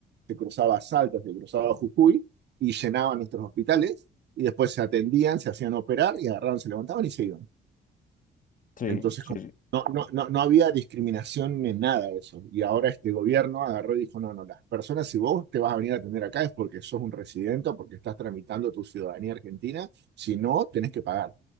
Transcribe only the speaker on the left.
Sí,
sí,
sí.